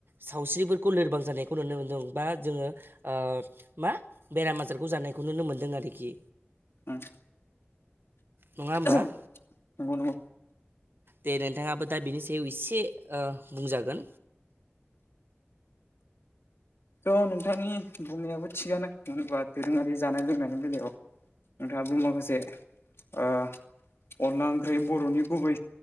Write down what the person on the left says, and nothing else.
उम
<unintelligible>
थ' नोंथांनि बुंनायाबो थिगानोङानो होनबा दोरोङारि जानाय लोंनायनि बेलायाव नोंथाङाबो माखासे ओ अनला ओंख्रि बर'नि गुबै